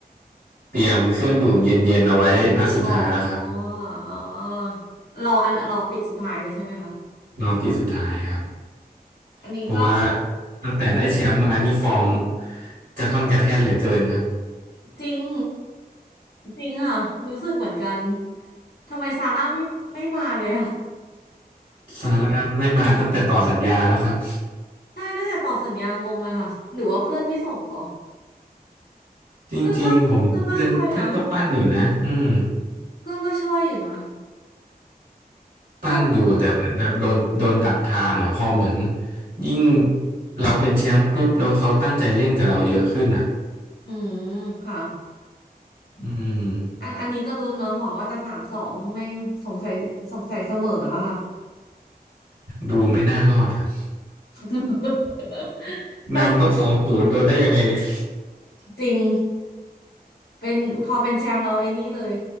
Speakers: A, on the right; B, on the left.
A: เตรียมเครื่องดื่มเย็นๆเอาไว้นัดสุดท้ายแล้วครับ
B: อ๋ออ๋อรออันรอปิดสุดท้ายเลยใช่ไหมคะ
A: รอบปีสุดท้ายครับ
B: อันนี้ก็
A: เพราะว่าตั้งแต่ได้แชมป์มานี่ฟอร์มกระท่อนกระแท่นเหลือเกินครับ
B: จริงจริงอ่ะรู้สึกเหมือนกันทำไมซาร่าไม่ไม่มาเลยอ่ะ
A: ซาร่าไม่มาตั้งแต่ต่อสัญญาแล้วครับ
B: <laughs> ใช่ตั้งแต่ต่อสัญญางงเลยค่ะหรือว่าเพื่อนไม่ส่งเหรอ
A: จริงๆผมเห็นเพื่อนเพื่อนก็ปั้นอยู่นะอืม
B: เพื่อนก็เพื่อนก็ช่วยนะเพื่อนก็ช่วยอยู่นะ
A: ปั้นอยู่แต่เหมือนแบบโดนโดนดักทางอ่ะพอเหมือน
B: ก็
A: ยิ่งเราเป็นแชมป์ปุ๊บแล้วเขาตั้งใจเล่นกับเราเยอะขึ้นอ่ะ
B: อืมค่ะ
A: อืม
B: อันอันนี้ก็ลุ้นเนาะหวังว่าจะสามสองไม่สงสัยสงสัยเสมอแล้วค่ะ
A: ดูไม่น่ารอดครับ
B: <laughs> แต่
A: นำต้องสองศูนย์โดนได้ยังไงเนี่ย
B: จริงเป็นพอเป็นแชมป์เราไอ้นี่เลย